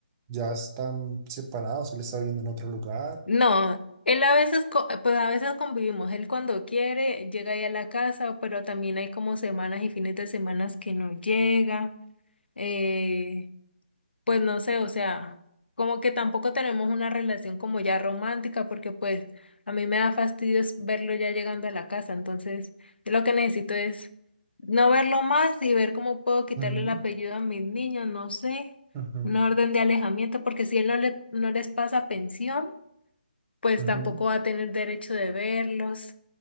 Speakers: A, on the right; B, on the left.
A: ya están separados, él está viviendo en otro lugar.
B: No, él a veces, co- pues a veces convivimos, él cuando quiere llega ahí a la casa, pero también hay como semanas y fines de semanas que no llega. eh, pues no sé, o sea, como que tampoco tenemos una relación como ya romántica, porque pues a mí me da fastidio es verlo ya llegando a la casa, entonces yo lo que necesito es no verlo más y ver cómo puedo quitarle
A: Ujú,
B: el apellido a mis niños, no sé,
A: ujú,
B: una orden de alejamiento, porque si él no le, no les pasa pensión pues
A: ujú,
B: tampoco va a tener derecho de verlos.